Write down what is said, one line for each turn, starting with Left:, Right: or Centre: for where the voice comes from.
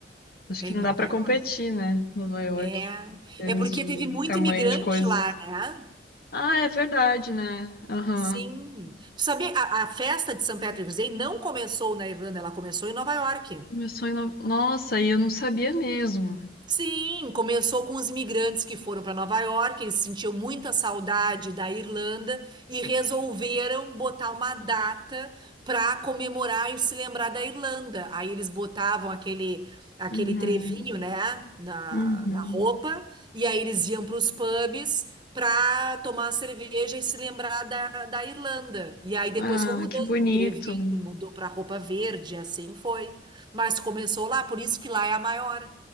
Left: Acho
Right: É
Left: que
Right: em
Left: não
Right: Nova
Left: dá pra competir,
Right: York.
Left: né? Nova York.
Right: É.
Left: Em termos
Right: É porque
Left: de
Right: teve muito
Left: tamanho
Right: imigrante
Left: de coisas.
Right: lá, né?
Left: Ah, é verdade, né? Aham.
Right: Sim. Tu sabia, a, a festa de St. Patrick's Day não começou na Irlanda, ela começou em Nova York.
Left: Começou em. No... Nossa, e eu não sabia mesmo.
Right: Sim, começou com os imigrantes que foram para Nova York, eles sentiam muita saudade da Irlanda e resolveram botar uma data para comemorar e se lembrar da Irlanda. Aí eles botavam aquele aquele
Left: Uhum.
Right: trevinho, né, na,
Left: Uhum.
Right: na roupa, e aí eles iam para os pubs para tomar cerveja e se lembrar da, da Irlanda. E aí depois
Left: Ah,
Right: foi mudando
Left: que bonito.
Right: o trevinho, mudou para roupa verde, assim foi. Mas começou lá, por isso que lá é a maior.